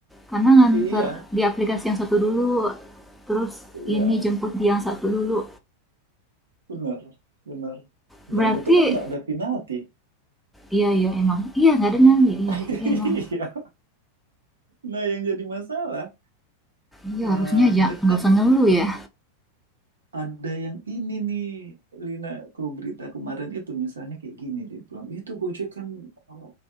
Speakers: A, in the centre; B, on the right.
A: karena nganter
B: Iya
A: di aplikasi yang satu dulu terus
B: iya
A: ini jemput di yang satu dulu
B: bener bener.
A: berarti
B: Dan itu kan nggak ada penalti.
A: iya iya emang iya nggak ada nyali iya
B: <laughs>
A: iya, emang
B: Iya. Nah yang jadi masalah
A: iya
B: eh,
A: harusnya aja
B: mereka
A: nggak
B: kan
A: usah ngeluh ya
B: ada yang ini nih Lina kau berita kemarin itu misalnya kayak gini dia bilang itu Gojek kan eh,